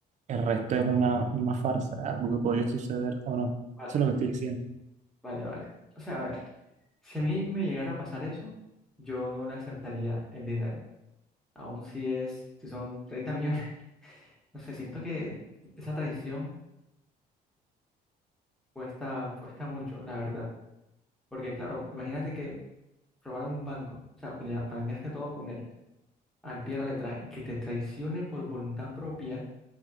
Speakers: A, on the right (about 45°); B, in the centre.
A: El resto es una, una farsa, algo que podría suceder o no.
B: Vale,
A: Eso es lo que estoy diciendo.
B: vale, vale. O sea, a ver, si a mí me llegara a pasar eso, yo no le aceptaría el dinero. Aun si es, si son 30 millones. <laughs> No sé, siento que esa traición cuesta, cuesta mucho, la verdad. Porque, claro, imagínate que robaron un banco. O sea, planea- planeaste todo con él, al pie de la letra, y que te traicione por voluntad propia.